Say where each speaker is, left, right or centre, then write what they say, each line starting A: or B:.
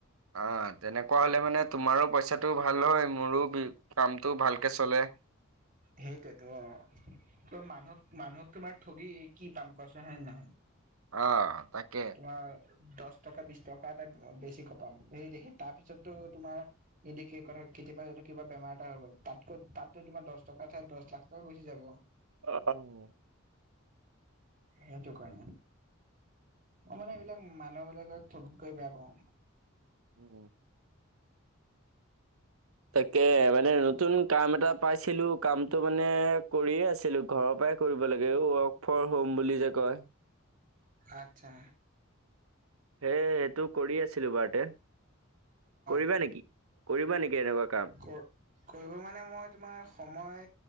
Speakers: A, on the right (about 85°); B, on the right (about 40°).
A: অ তেনেকুৱা হলে মানে তোমাৰো পইচাটো ভাল হয়, মোৰো <unintelligible> কামটো ভালকে চলে।
B: সেইটোৱেতো অ', কি কয় মানুহক, মানুহক তোমাৰ ঠগি কি পাম কোৱাচোন, হয়নে নহয়।
A: অ তাকে।
B: তোমাৰ দছ টকা, বিছ টকা এটা, বেছি ক পাম, সেইি তাৰপিছতো তোমাৰ এদ <unintelligible> কি <unintelligible> ক কেতিয়াবা যদি কিবা বেমাৰ এটা <unintelligible> হ তাতকো তাতো তোমাৰ দহ টকা ঠাই দহ লাখ তই গুচি যাব।
A: অ <unintelligible>
B: হোতো কাৰণে। মই মানে এইবিলাক মানুহ বিলাকক ঠগকৈ বেয়া পাওঁ।
A: উম <unintelligible> তাকে, মানে নতুন কাম এটা পাইছিলো, কাম তটো মানে কৰিয়ে আছিলো, ঘৰৰ পৰাই কৰিব লাগে, এই ৱৰ্ক ফ্ৰৰ্ম হোম বুলি যে কয়।
B: আত্ছা।
A: সে সেইটো কৰি আছিলো বাৰুতে। কৰিবা
B: অ
A: নেকি? কৰিবা নেকি এনেকুৱা কাম?
B: <unintelligible> কৰিব মানে মই তোমাৰ সময়